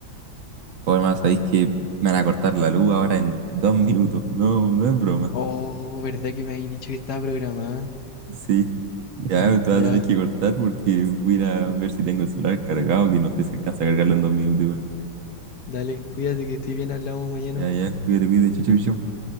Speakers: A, on the right; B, on the left.
A: O además, sabéis que me van a cortar la luz ahora en dos minutos. No, no es broma.
B: Oh, ¿verdad que me habéis dicho que estaba programada?
A: Sí. Ya te vas
B: Ya,
A: a tener que
B: Ya,
A: cortar porque voy a ir a ver si tengo el celular cargado, que no sé si alcanza a cargarlo en dos minutos igual.
B: dale, cuídate que estoy bien, hablamos mañana.
A: Ya, ya, cuídate, cuídate, chau, chau, chau.